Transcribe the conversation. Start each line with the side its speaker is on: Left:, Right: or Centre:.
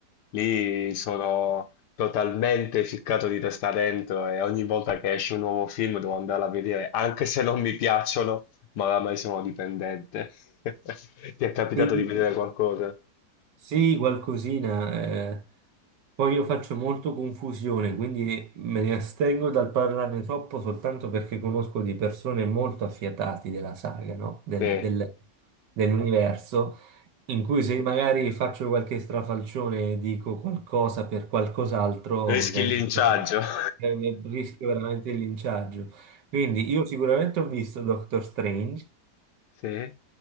Left: Lì sono totalmente ficcato di testa dentro e ogni volta che esce un nuovo film devo andarla a vedere, anche se non mi piacciono, ma oramai sono dipendente. <laughs> Ti è capitato
Right: Sì,
Left: di vedere
Right: sì,
Left: qualcosa?
Right: Sì, qualcosina. eh. Poi io faccio molto confusione, quindi me ne astengo dal parlarne troppo soltanto perché conosco di persone molto affiatati della saga, no? Della-
Left: Sì.
Right: del- dell'universo, in cui se magari faccio qualche strafalcione e dico qualcosa per qualcos'altro,
Left: Rischi
Right: vengo...
Left: il linciaggio. <laughs>
Right: eh, ne rischio veramente il linciaggio. Quindi io sicuramente ho visto Doctor Strange,
Left: Sì,